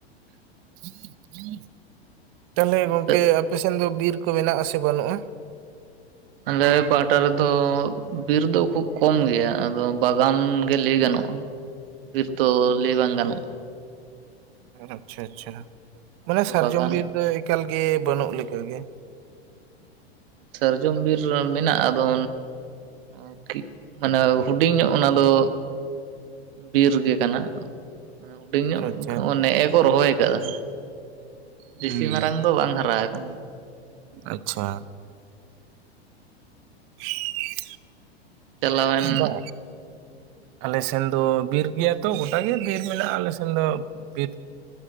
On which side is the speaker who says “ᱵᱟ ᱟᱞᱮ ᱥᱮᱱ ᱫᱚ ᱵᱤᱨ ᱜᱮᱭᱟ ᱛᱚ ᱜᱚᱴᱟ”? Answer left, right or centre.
Right